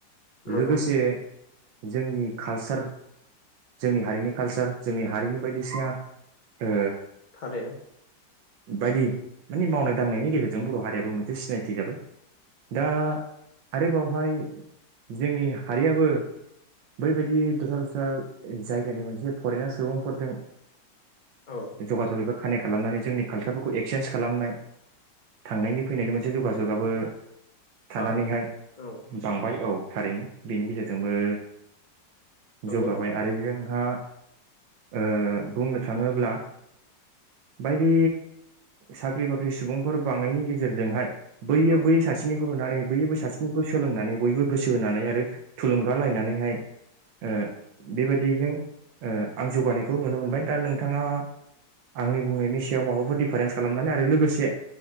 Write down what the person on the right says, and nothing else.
लोगोसे जोंनि कालसार जोंनि हारिनि कालसार जोंनि हारिनि बायदिसिना ओ
बायदि माने मावनाय दांनायनि गेजेरजों बर' हारियाबो मोनसे सिनायथि जाबाय दा आरो बावहाय जोंनि हारियाबो बैबायदि दस्रा दस्रा जायगानि मोनसे फरेनार सुबुंफोरजों
बे जगाजग एबा खानेक्ट खालामनानै जोंनि कालसारफोरखौ एक्चन्स खालामनाय थांनायनि फैनायनि मोनसे जगाजगाबो थानानैहाय
बांबाय औ थारैनो बेनि गेजेरजोंबो
जौगाबाय आरो जोंहा ओ बुंनो थाङोब्ला बायदि साख्रि बाख्रि सुबुंफोर बांनायनि गेजेरजोंहाय बैयो
बै सासेनिखौ नुनानै बैयो बै सासेनिखौ सोलोंनानै बयबो गोसो होनानै आरो थुलुंगा लायनानैहाय ओ दिजों ओ आं जौगानायखौ नुनो मोनबाय दा नोंथाङा आंनि बुंनायनि सायाव माबाफोर दिफारेन्स खालामनानै आरो लोगोसे